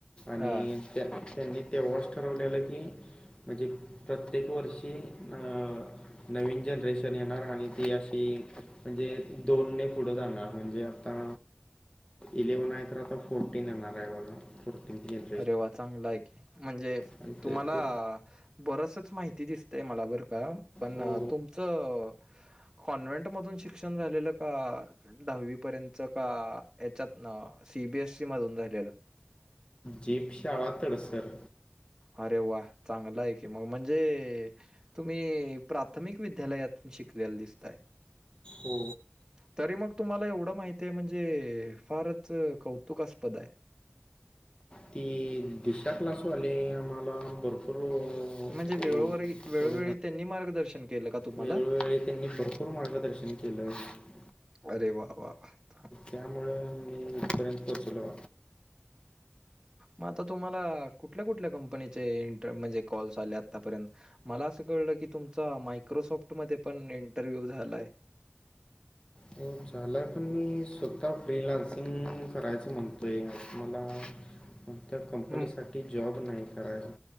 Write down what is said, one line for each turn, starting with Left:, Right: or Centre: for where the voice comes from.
Left: आणि
Right: हां.
Left: त्यांनी तेव्हाच ठरवलेलं की म्हणजे प्रत्येक वर्षी अ नवीन जनरेशन येणार आणि ती अशी म्हणजे दोन ने पुढे जाणार म्हणजे आता इलेव्हन आहेत तर आता फोर्टीन येणार आहे बघा पुरपंदल <unintelligible>
Right: अरे वा चांगलं आहे की म्हणजे
Left: आणि
Right: तुम्हाला
Left: त्याचे
Right: बरसच माहिती दिसतय मला बरं का पण
Left: हो
Right: तुमचं कॉन्व्हेंट मधून शिक्षण झालेलं का? दहावी पर्यंतच का याच्यातून सीबीएससी मधून झालेलं
Left: जेपशाळा तडसर
Right: अरे वा चांगलं आहे की मग म्हणजे तुम्ही प्राथमिक विद्यालयातून शिकलेला दिसताय
Left: हो
Right: तरी मग तुम्हाला एवढं माहितीय म्हणजे फारच कौतुकास्पद आहे.
Left: ती दिशा क्लासवाले आम्हाला भरपूर हो
Right: म्हणजे वेळोवर वेळोवेळी
Left: काढ
Right: त्यांनी मार्गदर्शन केलं का तुम्हाला?
Left: वेळवेळे त्यांनी भरपुर मार्गदर्शन खलंो <unintelligible>
Right: अरे वा वा वा
Left: त्यामुळे मी इथपर्यंत पोहचलो.
Right: मग आता तुम्हाला कुठल्या कुठल्या कंपनीचे इंटर म्हणजे कॉल्स आले आतापर्यंत? मला असं कळलं की तुमचा मायक्रोसॉफ्ट मध्ये पण इंटरव्ह्यू झालाय.
Left: हो झालाय पण मी स्वतः फ्रीलान्सिंग करायचं म्हणतोय. मला कोणत्या कंपनीसाठी
Right: हं,
Left: जॉब नाही करायचा.